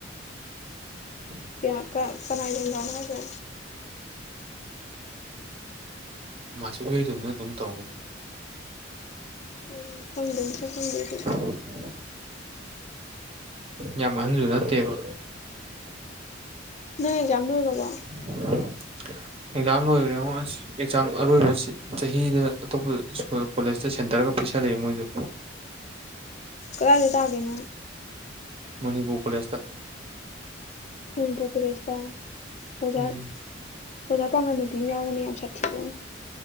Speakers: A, on the right (about 30°); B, on the left (about 35°).
A: ꯎ
B: ꯀꯌꯥ ꯀ ꯀꯅꯥ ꯌꯦꯡꯒꯥꯅ ꯍꯥꯏꯒꯦ
A: ꯃꯥꯁꯕꯨ ꯑꯣꯏꯖꯅꯦ ꯑꯗꯨꯝ ꯇꯔꯣꯡꯒꯅꯤ
B: ꯑꯗꯨ ꯐꯪꯗꯦ ꯃꯠꯇ꯭ꯔ ꯐꯪꯗꯦ ꯑꯗꯨ
A: <unintelligible> ꯌꯥꯝ ꯑꯍꯟꯖꯨ ꯅꯠꯇꯦꯕ
B: ꯅꯣꯏ ꯑꯦꯛꯖꯥꯝ ꯂꯣꯏꯔꯕꯣ
A: <unintelligible> ꯑꯦꯛꯖꯥꯝ ꯂꯣꯏꯒ꯭ꯔꯦꯉꯣ ꯑꯁ ꯑꯦꯛꯖꯥꯝ ꯑꯔꯣꯏꯕ ꯁꯤꯠ ꯆꯍꯤꯗ ꯑꯇꯣꯞꯄ ꯁ꯭ꯀꯣꯂ__ ꯀꯣꯂꯦꯖꯇ ꯁꯦꯟꯇꯔꯒ ꯄꯤꯁꯜꯂꯛꯑꯦ ꯃꯣꯏꯁꯨ
B: ꯀꯗꯥꯏꯗ ꯇꯥꯒꯦ ꯅꯪ
A: ꯃꯅꯤꯄꯨꯔ ꯀꯣꯂꯦꯁꯇ
B: ꯃꯅꯤꯄꯨꯔ ꯀꯣꯂꯦꯖꯇ ꯑꯣꯖꯥ
A: ꯎꯝ
B: ꯑꯣꯖꯥ ꯄꯥꯒꯟꯅꯨꯄꯤ ꯑꯃ ꯌꯥꯎꯕꯅꯤ ꯌꯥꯝ ꯁꯥꯊꯤꯕ ꯑꯃ